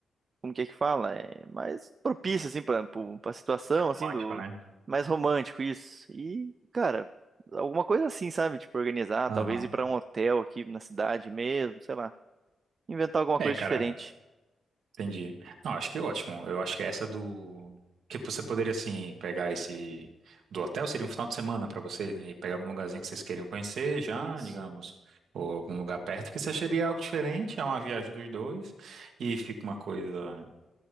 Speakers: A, on the right; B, on the right.
A: como que é que fala? É mais propício, assim, pra, pro- pra situação, assim,
B: Romântico,
A: do...
B: né?
A: Mais romântico isso. E, cara, alguma coisa assim, sabe? Tipo, organizar,
B: Aham.
A: talvez ir pra um hotel aqui na cidade mesmo, sei lá. Inventar alguma
B: É,
A: coisa
B: cara,
A: diferente.
B: Entendi. Não, acho que ótimo. Eu acho que é essa do. Que você poderia, assim, pegar esse. Do hotel seria um final de semana pra vocês, né? E pegar um lugarzinho que vocês queriam conhecer já,
A: Isso.
B: digamos. Ou algum lugar perto, que você seria algo diferente. É uma viagem dos dois. E fica uma coisa